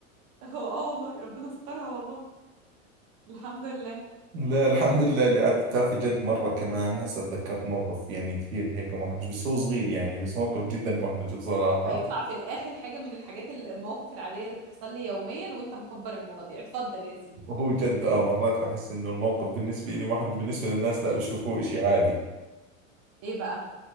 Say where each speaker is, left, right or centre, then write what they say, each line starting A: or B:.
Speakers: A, on the right; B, on the right.
A: هو اه والله ربنا سترها والله الحمد لله
B: لا الحمد لله اللي عدتها في جد مرة كمان هسه تذكرت موقف يعني كثير هيك محرج بس هو صغير يعني بس موقف جدا محرج بصراحة
A: هيطلع في الاخر حاجه من الحاجات ال- المواقف العاديه اللي بتحصل لي يوميا وانت مكبر المواضيع اتفضل يا سيدي
B: وهو جد اه مرات بحس انه الموقف بالنسبة لي محرج بالنسبة للناس لا بيشوفوه اشي عادي
A: ايه بقى